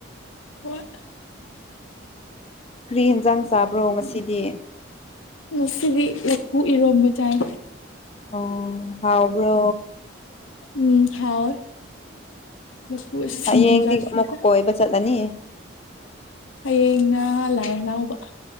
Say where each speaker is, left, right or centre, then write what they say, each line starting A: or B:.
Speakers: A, on the left; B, on the left.
A: ꯍꯣꯏ
B: ꯀ꯭ꯔꯤ ꯍꯤꯡꯖꯥꯡ ꯆꯥꯕ꯭ꯔꯣ ꯉꯁꯤꯗꯤ
A: ꯉꯁꯤꯗꯤ ꯂꯐꯨ ꯏꯔꯣꯝꯕ ꯆꯥꯏ
B: ꯑꯣ ꯍꯥꯎꯕ꯭ꯔꯣ
A: ꯎꯝ ꯍꯥꯎꯋꯦ ꯂꯐꯨ ꯁꯤꯡꯖꯨ
B: ꯍꯌꯦꯡꯗꯤ
A: ꯆꯥꯅꯤꯡꯉꯦꯗ
B: ꯑꯃꯨꯛꯀ ꯀꯣꯏꯕ ꯆꯠꯂꯅꯤ
A: ꯍꯌꯦꯡꯅ ꯂꯥꯏ ꯍꯔꯥꯎꯕ